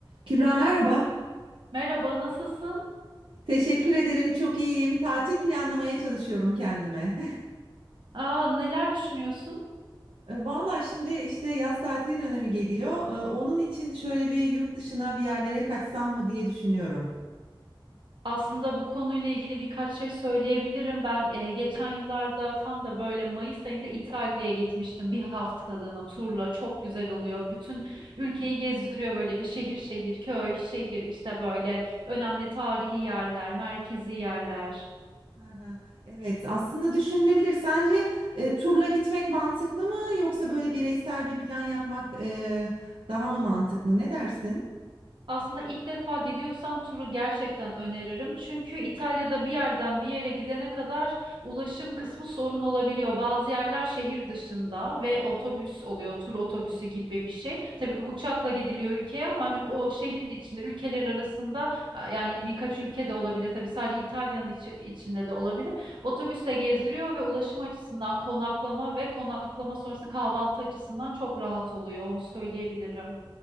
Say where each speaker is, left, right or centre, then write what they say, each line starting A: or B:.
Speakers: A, on the right (about 80°); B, on the right (about 65°).
A: Kübra merhaba.
B: Merhaba, nasılsın?
A: Teşekkür ederim. Çok iyiyim. Tatil planlamaya çalışıyorum kendime. <laughs>
B: Aa, neler düşünüyorsun?
A: E, Valla şimdi işte yaz tatili dönemi geliyor. E, Onun için şöyle bir yurt dışına bir yerlere kaçsam mı diye düşünüyorum.
B: Aslında bu konuyla ilgili birkaç şey söyleyebilirim. Ben e, geçen yıllarda tam da böyle Mayıs ayında İtalya'ya gitmiştim bir haftalığına turla. Çok güzel oluyor. Bütün
A: Gerçekten
B: ülkeyi
A: mi?
B: gezdiriyor böyle şehir şehir, köy şehir işte böyle önemli tarihi yerler, merkezi yerler.
A: Hı hı. Evet, aslında düşünülebilir. Sence e, turla gitmek mantıklı mı yoksa böyle bireysel bir plan yapmak e, daha mı mantıklı? Ne dersin?
B: Aslında ilk defa gidiyorsan turu gerçekten öneririm. Çünkü İtalya'da bir yerden bir yere gidene kadar ulaşım kısmı sorun olabiliyor. Bazı yerler şehir dışında ve otobüs oluyor, tur otobüsü gibi bir şey. Tabii uçakla gidiliyor ülkeye ama hani o şehir içinde, ülkeler arasında a, yani birkaç ülke de olabilir. Tabii sadece İtalya'nın içi- içinde de olabilir. Otobüsle gezdiriyor ve ulaşım açısından konaklama ve konaklama sonrası kahvaltı açısından çok rahat oluyor. Onu söyleyebilirim.